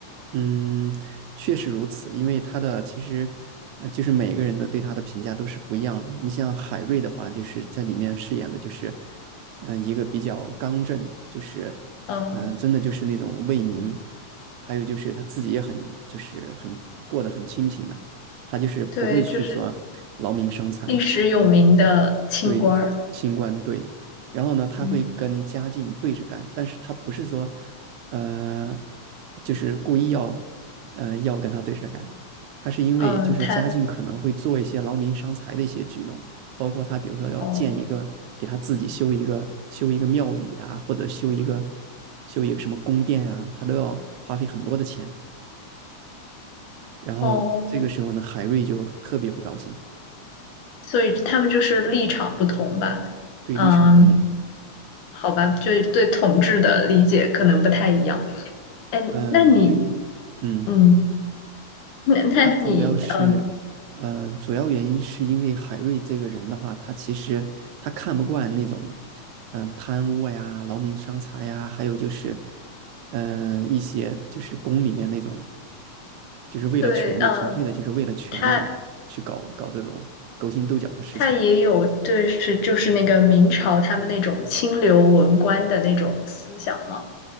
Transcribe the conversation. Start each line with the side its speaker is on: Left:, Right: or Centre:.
Right: 嗯，确实如此，因为他的其实，呃，就是每个人的对他的评价都是不一样的。你像海瑞的话，就是在里面饰演的就是，嗯、一个比较刚正，就是，
Left: 嗯，
Right: 嗯、真的就是那种为民，还有就是他自己也很就是很过得很清贫嘛，他就是不会去说劳民伤财，
Left: 对，就是历史有名的清官儿。
Right: 对，清官对，然后呢，他会跟嘉靖对着干，
Left: 嗯
Right: 但是他不是说，呃，就是故意要，呃，要跟他对着干，他是因为就是嘉靖可能会做一些劳民伤财的一些举动，
Left: 嗯，他
Right: 包括他比如说要建一个，
Left: 哦。
Right: 给他自己修一个修一个庙宇啊，或者修一个修一个什么宫殿啊，他都要花费很多的钱，然后这个时候呢，
Left: 哦，
Right: 海瑞就特别不高兴，
Left: 所以他们就是立场不同吧？
Right: 对立场不同，
Left: 嗯，好吧，就对统治的理解可能不太一样。哎，
Right: 嗯，
Left: 那你，
Right: 对，嗯。
Left: 嗯，那那你，
Right: 他主要是，
Left: 嗯，
Right: 呃，主要原因是因为海瑞这个人的话，他其实他看不惯那种，嗯、贪污呀、劳民伤财呀，还有就是，嗯、一些就是宫里面那种，就是为了权力，
Left: 对，嗯，
Right: 纯粹的就是为了权力去搞搞这种勾心斗角的事情。
Left: 他他也有对是就是那个明朝他们那种清流文官的那种思想吗？